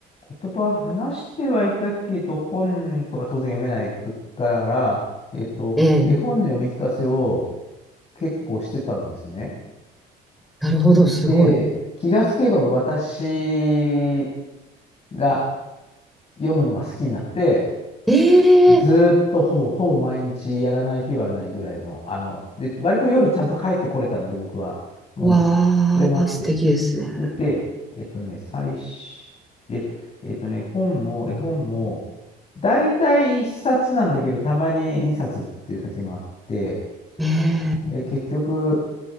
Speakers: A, on the left; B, in the centre.
A: 言葉話してはいたけど、本とか当然読めない時から、えっと、
B: ええ
A: 絵本の読み聞かせを結構してたんですね。
B: なるほど、すごい。
A: で、気がつけば私が読むのが好きになって、
B: ええ
A: ずーっとほぼほぼ毎日やらない日はないぐらいの、あの、で、割と夜ちゃんと帰ってこれたので、僕は。うん。
B: わー、
A: それもあって。
B: 素敵ですね。
A: それで、えっとね、最初、で、えっとね、本も、絵本も、大体一冊なんだけど、たまに二冊っていう時もあって、
B: ね
A: で、結局、